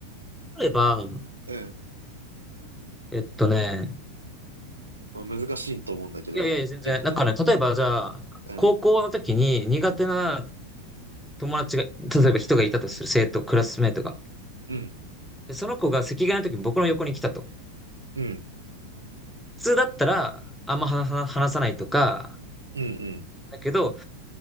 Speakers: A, in the centre; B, on the right.
A: 例えば、
B: うん。
A: えっとね、
B: まあ、難しいと思うんだけど、
A: いやいやいや、全然、
B: 結構。
A: なんかね、例えばじゃあ、
B: うん、
A: 高校の時に苦手な友達が、例えば人がいたとする生徒、クラスメートが。
B: うん、
A: で、その子が席替えの時に僕の横に来たと。
B: うん、
A: 普通だったら、あんまはは話さないとか、
B: うん、うん、
A: だけど、